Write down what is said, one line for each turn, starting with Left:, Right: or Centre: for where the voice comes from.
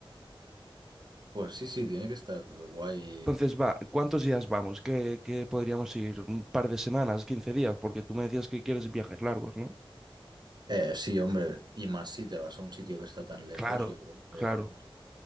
Right: Pues sí, sí, tiene que estar guay.
Centre: Entonces, va, ¿cuántos días vamos? ¿Qué, qué podríamos ir? ¿Un par de semanas? quince días? Porque tú me decías que quieres viajes largos, ¿no?
Right: Eh, sí, hombre, y más si te vas a un sitio que está tan lejos,
Centre: Claro,
Right: yo creo que...
Centre: claro.